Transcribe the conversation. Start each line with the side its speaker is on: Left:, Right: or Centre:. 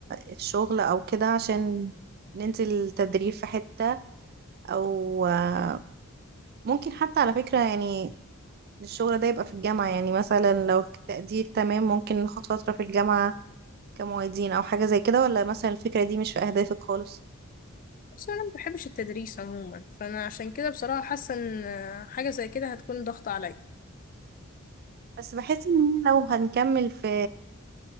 Right: الشغل او كده عشان ننزل تدريب في حتة او آه، ممكن حتى على فكرة يعني الشغل ده يبقى في الجامعة يعني مثلا لو في التقدير تمام ممكن ناخد فترة في الجامعة كمعيدين أو حاجة زي كده ولا مثلا الفكرة دي مش في أهدافك خالص
Left: بس انا ما بحبش التدريس عموما فانا عشان كده بصراحه حاسه ان حاجه زي كده هتكون ضغط عليا
Right: بس بحس إن لو هنكمل في